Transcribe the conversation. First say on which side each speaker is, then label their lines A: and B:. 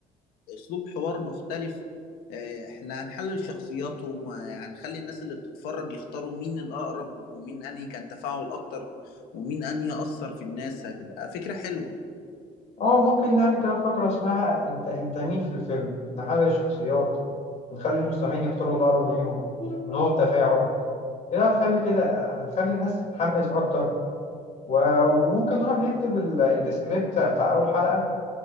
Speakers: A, on the left; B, on the left.
A: اسلوب حوار مختلف آه، احنا هنحلل شخصياتهم وهنخلي الناس اللي بتتفرج يختاروا مين الاقرب ومين انهي كان تفاعل اكتر ومين انهي اثر في الناس هتبقى فكرة حلوة
B: اه ممكن نعمل كده فقرة اسمها انت انت مين في الفيلم نحلل الشخصيات ونخلي المستمعين يختاروا اللي أقرب ليهم ونقعد تفاعل كده هتخلي كده هتخلي الناس تتحمس أكتر و- وممكن نروح نكتب ال- السكريبت بتاع أول حلقة